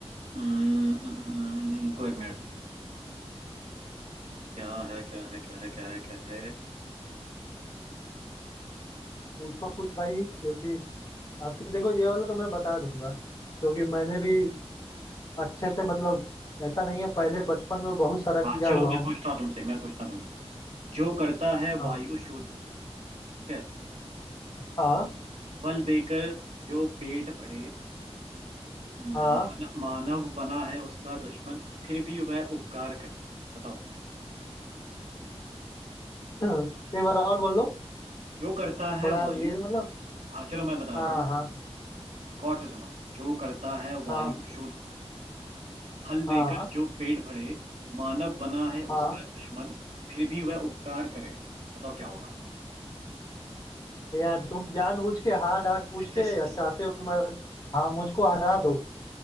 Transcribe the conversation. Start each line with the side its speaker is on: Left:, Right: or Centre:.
Right: हम्म, हम्म, हम्म, हम्म, को एक मिनट क्या है क्या है क्या है क्या है क्या है
Left: पूछो कुछ भाई क्योंकि आपकी देखो ये वाला तो मैं बता दूंगा क्योंकि मैंने भी अच्छे से मतलब ऐसा नहीं है पहले बचपन में बहुत सारा किया
Right: हाँ चलो
Left: हुआ
Right: मैं
Left: हूँ
Right: पूछता हूँ तुमसे मैं पूछता हूँ तुमसे जो करता है
Left: आप
Right: वायु शुद्ध ठीक है
Left: हाँ
Right: फल देकर जो पेट भरे हाँ
Left: हाँ
Right: मान, मानव बना है उसका दुश्मन फिर भी वह उपकार करे बताओ
Left: <laughs> एक बार और बोलो
Right: जो करता
Left: थोड़ा
Right: है वायु
Left: ये मतलब
Right: हाँ चलो मैं बता
Left: हाँ
Right: रहा हूँ
Left: हाँ
Right: गौर से सुनो जो करता है
Left: हाँ
Right: वायु शुद्ध फल
Left: हाँ
Right: देकर जो पेट भरे मानव बना है
Left: हाँ
Right: उसका दुश्मन फिर भी वह उपकार करे बताओ क्या होगा
Left: यार तुम जानबूझ के हार्ड हार्ड पूछ
Right: <laughs>
Left: के चाहते हो कि मैं हाँ मुझको हरा दो